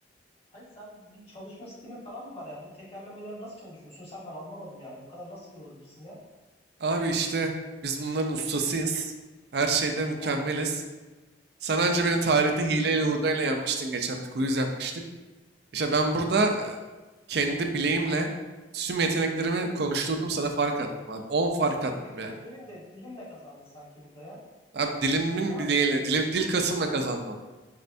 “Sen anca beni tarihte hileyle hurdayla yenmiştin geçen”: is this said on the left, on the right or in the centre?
Right